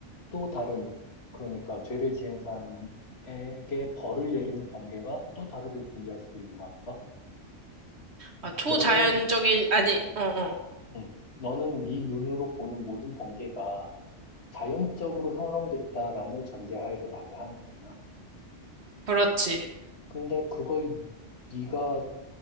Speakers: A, on the left (about 60°); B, on the right (about 60°).
A: 또 다른, 그러니까 죄를 지은 사람에게 벌을 내리는 번개가 또 다르게 존재할 수도 있는 거 아닌가?
B: 아, 초자연적인
A: 너는,
B: 아니, 어, 어.
A: 음, 너는 네 눈으로 보는 모든 번개가 자연적으로 형성됐다라는 전제하에서 말을 하는 거잖아.
B: 그렇지.
A: 근데 그걸 네가